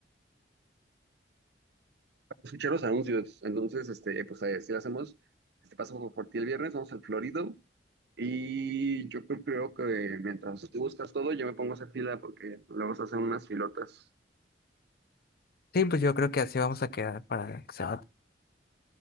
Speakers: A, on the right (about 65°); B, on the left (about 60°).
A: Escuchar los anuncios, entonces, este, pues ahí, si lo hacemos, este paso por ti el viernes, vamos al Florido. Y yo creo, creo que mientras tú buscas todo, yo me pongo a hacer fila porque luego se hacen unas filotas.
B: Sí, pues yo creo que así vamos a quedar para que se va.